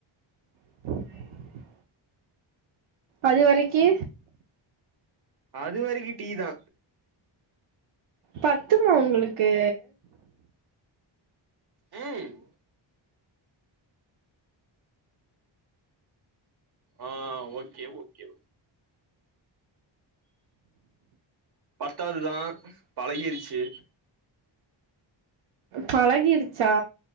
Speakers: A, on the right; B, on the right.
A: <inaudible> அது வரைக்கி
B: அது வரைக்கி டீ தா
A: பத்துமா ஒங்களுக்கு
B: ம் ஆ ஓகே ஓகே பத்தாதுதா பழகிர்ச்சு
A: பழகிருச்சா